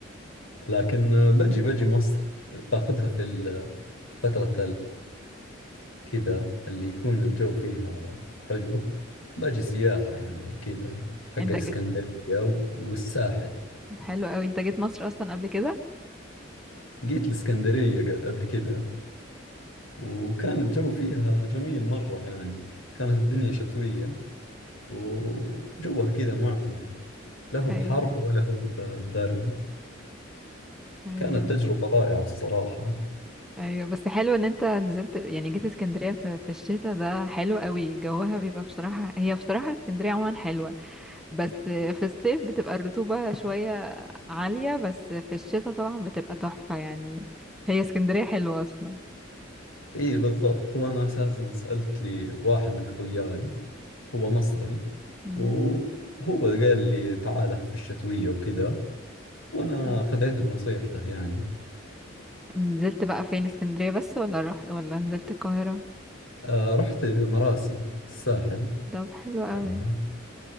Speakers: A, on the left (about 90°); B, in the centre.
A: لكن بجي بجي مصر باخذها في ال... في فترة كذا اللي يكون الجو فيها حلو باجي سياحة يعني كذا حق الإسكندرية
B: انت
A: و- والساحل
B: حلو قوي انت جيت مصر اصلا قبل كده
A: جيت الإسكندرية ق- قبل كذا وكان الجو فيها جميل مرة يعني كانت الدنيا شتوية وجوها كذا معتدل لا هو بحر
B: ايوه
A: ولا هو ب- برد
B: ايوه
A: كانت تجربة رائعة الصراحة
B: ايوه بس حلو ان انت نزلت يعني جيت اسكندريه في في الشتاء ده حلو قوي جوها بيبقى بصراحه هي بصراحه اسكندريه عموما حلوه بس في الصيف بتبقى الرطوبه شويه عاليه بس في الشتاء طبعا بتبقى تحفه يعني هي اسكندريه حلوه اصلا
A: اي بالضبط هو انا اساسا سألت لي واحد من خوياي هو مصري
B: مم.
A: وهو قال لي تعال في الشتوية وكذا وانا
B: مم.
A: خذيت بنصيحته يعني
B: نزلت بقى فين اسكندريه بس ولا رحت ولا نزلت القاهره
A: آه رحت مراسي الساحل
B: طب حلو قوي
A: بعدها